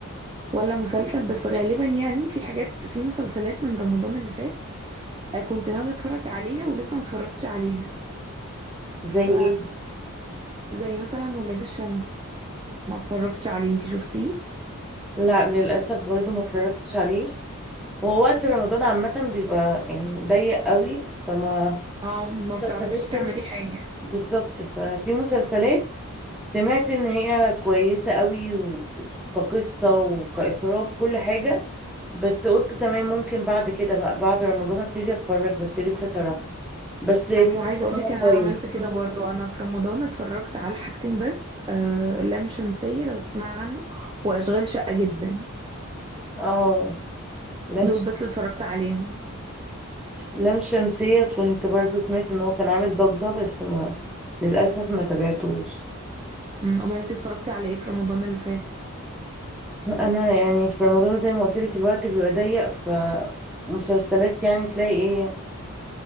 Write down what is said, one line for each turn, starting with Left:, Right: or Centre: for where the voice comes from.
Right: ولا مسلسل بس غالبا يعني في حاجات في مسلسلات من رمضان اللي فات أه كنت ناويه اتفرج عليها ولسه ما اتفرجتش عليها
Centre: زي
Right: ف
Centre: ايه
Right: زي مثلا ولاد الشمس ما اتفرجتش عليه انتي شفتيه
Centre: لا للاسف برضه ما اتفرجتش عليه هو وقت رمضان عامه بيبقى يعني ضيق قوي فما
Right: اه ما
Centre: مسلسلات
Right: بتعرفيش تعملي
Centre: كده
Right: حاجه
Centre: بالظبط ففي مسلسلات سمعت ان هي كويسه قوي و- كقصه وكاخراج كل حاجه بس قلت تمام ممكن بعد كده بقى بعد رمضان ابتدي اتفرج بس لسه صراحه بس سمعت
Right: ايوه عايزه
Centre: ان
Right: اقولك
Centre: هو
Right: ان
Centre: كويس
Right: انا عملت كده برضو انا في رمضان اتفرجت على حاجتين بس آه لام شمسيه لو تسمعي عنه واشغال شقه جدا
Centre: اه لانش
Right: دول بس اللي اتفرجت عليهم
Centre: لام شمسية كنت برضو سمعت ان هو كان عامل ضجة بس ما للأسف ما تابعتوش
Right: أمم، امال انت اتفرجتي على ايه في رمضان اللي فات
Centre: انا يعني في رمضان زي ما قلت لك الوقت بيبقى ضيق فمسلسلات يعني تلاقي ايه